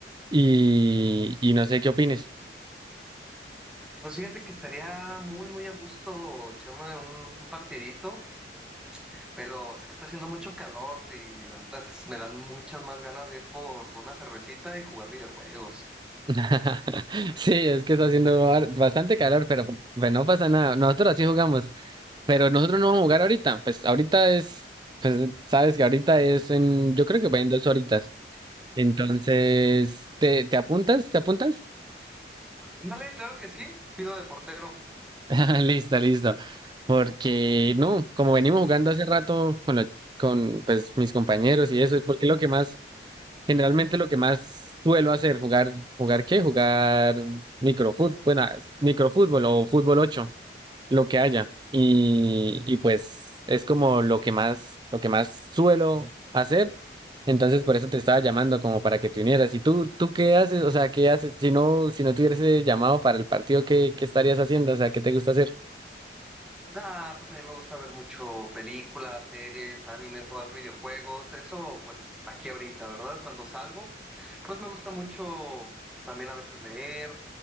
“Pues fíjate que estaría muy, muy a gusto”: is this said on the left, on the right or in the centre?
Centre